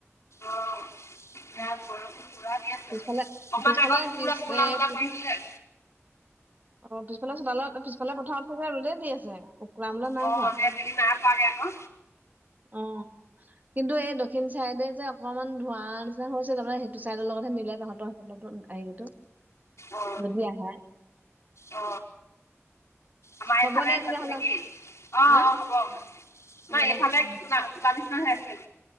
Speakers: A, on the left (about 65°); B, on the right (about 35°).
A: অ এয়াত বৰষুণ। পুৰা দি আছে
B: পিছফালে
A: অকমান
B: পিছফালে
A: আগত পোৰা
B: পিছ
A: কোলা
B: এ
A: মোলা
B: পিছ
A: কৰি আনিছিলে।
B: <inaudible> অ পিছফালে চোতালত পিছফালে পথাৰত থাকে ৰদে দি আছে উ কোলা মোলা নাই
A: অ
B: কোৱা।
A: সেই বেলি নাই পোৱাগে আকৌ
B: অ কিন্তু এই দক্ষিণ চাইডে যে অকমান ধোঁৱা নিচিনা হৈছে তে সেইটো, ত চাইদৰ লগতহে মিলাই তাহহতৰ লগত আহি গলো।
A: অ
B: যদি আহে।
A: অ আমাৰ
B: হ'ব
A: এইফালে
B: দে তেতিয়াহ'লে
A: আছে নেকি অ অ
B: হা
A: হ'ব ন
B: হ'ব
A: এইফালে
B: দে উম।
A: শুনা, কোলা নিচিনা হৈ আছিলে।